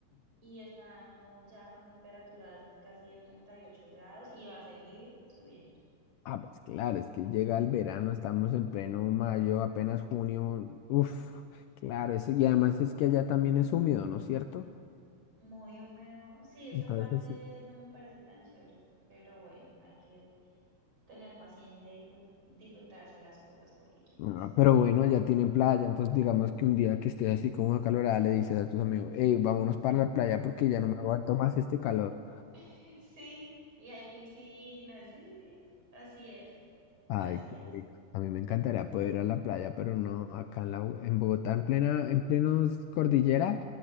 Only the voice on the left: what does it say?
Ah, pues claro, es que llega el verano, estamos en pleno mayo, apenas junio. Uf, claro, eso. Y además es que allá también es húmedo, ¿no es cierto?
Entonces,
sí.
Ah, pero bueno, allá tienen playa, entonces digamos que un día que estés así con una calorada le dices a tus amigos, hey, vámonos para la playa porque ya no me aguanto más este calor.
Ay,
qué
rico. A mí me encantaría poder ir a la playa, pero no acá en, la, Bo- en Bogotá, en plena, en plenos cordillera,